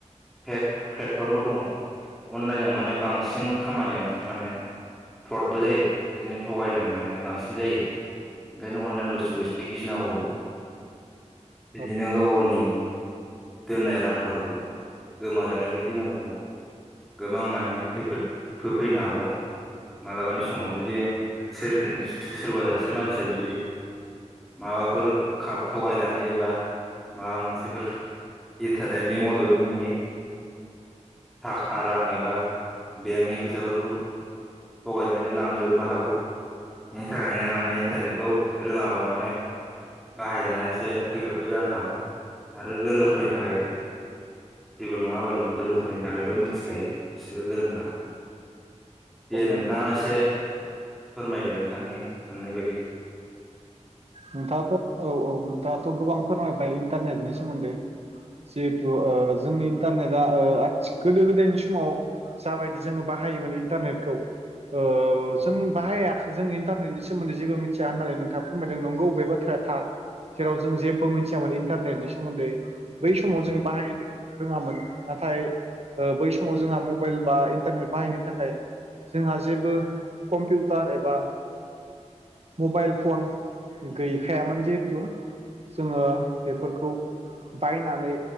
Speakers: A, in the centre; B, on the right.
A: फेक प्लेटफर्मफोर दङ अनलाइनजों माने बांसिन खामानियानो माने फ्रदबो जायो बिदिनो थगायनाय मानाय बांसिन जायो ओंखायनो अनलाइन बुस्थुखौ एसे गिनांगौबो
B: <inaudible>
A: बिदिनो गाव गावनि दोननाय रांफोरखौ गोमाजानोबो गिनांगौ गोबां माने खैफोद होफैनो हागौ मालाबानि समाव जुदि सोर सोरबा सासे मानसिया जुदि माबाफोर थगायनानै एबा माबा मोनसेफोर इन्टारनेटनि मददनि थाखा रां एबा बेंकनि फैसाफोरखौ थगायनानै लांजोबबो हागौ बिनि थाखायनो माने इन्टारनेटखौ रोङाबा माने बाहायनाया एसे खैफोदबो जानो हागौ आरो गोरोंफोरनि थाखाय जेबो नङाबारु गोरोंफोरनि थाखायथ' मिथिखायो बिसोरो गोरोंखा दे नोंथाङा
B: नंगौ
A: एसे फोरमायदो नोंथांनि साननाय बायदि दे
B: नोंथाङाथ' औव औव नोंथाङाथ' गोबां फोरमायबाय इन्टारनेटनि सोमोन्दै जिहेथु ओ जोंनि इन्टारनेटआ ओ गोदो गोदायनि समाव जाबायदि जोङो बाहाय बाहायोमोन इन्टारनेटखौ ओ जों बाहायाखै जों इन्टारनेटनि सोमोन्दै जेबो मिथिया होननानै नोंथा फोरमायदों नंगौ। बे बाथ्राया थार जेराव जों जेबो मिथियामोन इन्टारनेनि सोमोन्दै बै समाव जोंङो बाहायनो रोङामोन नाथाय ओ बै समाव जोंहा मबाइल बा इन्टारनेट बाहायनो थाखाय जोंहा जेबो कम्पिउटार एबा मबाइल फन गैखायामोन जिहेथु। जोङो बेफोरखौ बायनानै